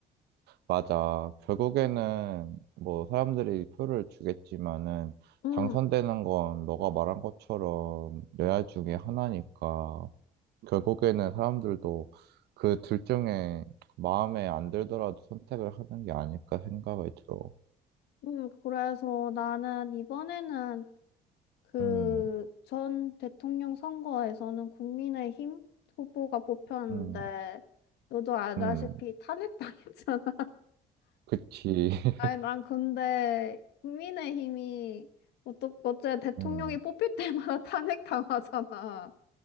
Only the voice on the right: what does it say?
맞아. 결국에는 뭐 사람들이 표를 주겠지만은
당선되는 건 너가 말한 것처럼 레알 중에 하나니까. 결국에는 사람들도 그 둘 중에 마음에 안 들더라도 선택을 하는 게 아닐까 생각이 들어.
음,
음,
음,
그치. <laughs>
음,